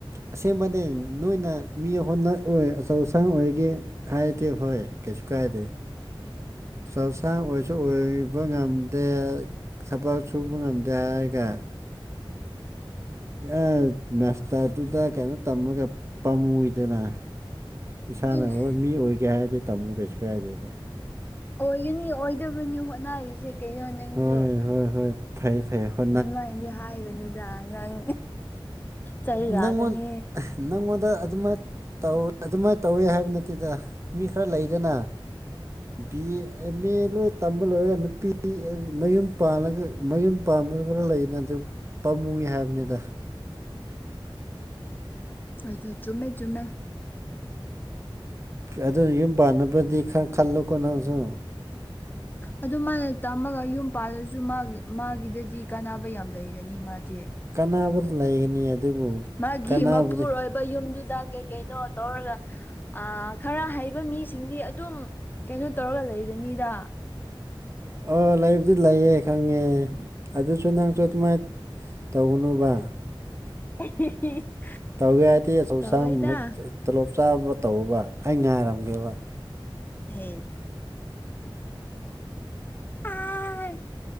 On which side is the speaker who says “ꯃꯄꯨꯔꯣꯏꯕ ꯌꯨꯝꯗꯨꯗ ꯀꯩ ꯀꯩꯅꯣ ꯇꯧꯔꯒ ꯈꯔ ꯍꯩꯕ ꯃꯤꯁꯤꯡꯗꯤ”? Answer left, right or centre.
Left